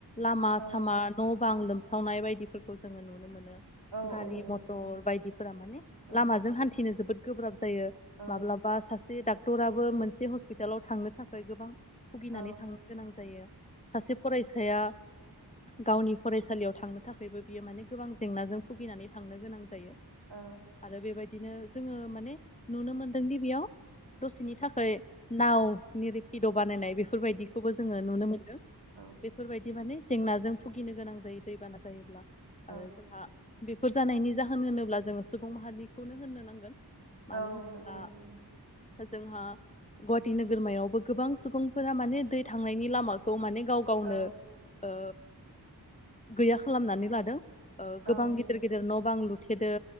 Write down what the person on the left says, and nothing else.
लामा
सामा न' बां लोम सावनाय बायदिफोरखौ जोङो नुनो मोनो
गारि
मथर
बायदिफोरा माने
लामाजों हान्थिनो जोबोद गोब्राब जायो
माब्लाबा सासे डक्टराबो मोनसे हस्पिटालाव थांनो थाखाय गोबां भुगिनानै
थांनो गोनां जायो सासे फरायसाया गावनि फरायसालियाव थांनो थाखायबो बियो माने गोबां जेंनाजों भुगिनानै थांनो गोनां जायो
आरो बेबायदि बिदिनो जोङो माने नुनो मोनदों दि बेयाव दसेनि थाखाय नाव नि रिपिद' बानायनाय बेफोरबायदि खौबो जोङो नुनो मोनदों
बेफोरबायदि माने जेंनाजों भुगिनो गोनां जायो दैबाना जायोब्ला
आरो जोंहा बे फोर जानायनि जाहोन होनोब्ला जोङो सुबुं माहारिखौनो होननो नांगोन मानो
होनोब्ला
जोंहा गुवाहाटि नोगोरमायावबो गोबां सुबुंफोरा माने दै थांनायनि लामाखौ माने गाव गावनो
ओ गैया खालामनानै लादों ओ गोबां
गिदिर गिदिर न' बां लुथेदों